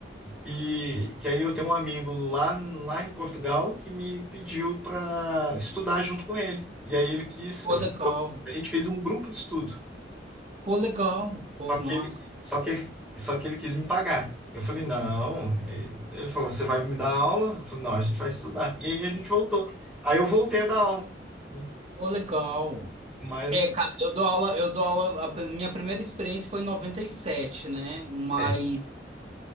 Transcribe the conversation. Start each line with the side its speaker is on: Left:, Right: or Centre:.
Centre: que, que aí eu tenho um amigo lá, lá em Portugal que me pediu para estudar junto com ele. E aí ele quis,
Right: Pô,
Centre: eu-
Right: legal.
Centre: a gente fez um grupo de estudo.
Right: Pô, legal. Pô,
Centre: Só que
Right: massa.
Centre: ele, só que, só que ele quis me pagar. Eu falei, não. Ele falou, você vai me dar aula? Eu falei, não, a gente vai estudar. E aí a gente voltou. Aí eu voltei a dar aula. né?
Right: Pô, legal.
Centre: Mas
Right: É,
Centre: assim,
Right: cara, eu dou aula, eu dou aula, a pri- minha primeira experiência foi em 97, né? Mas,
Centre: é,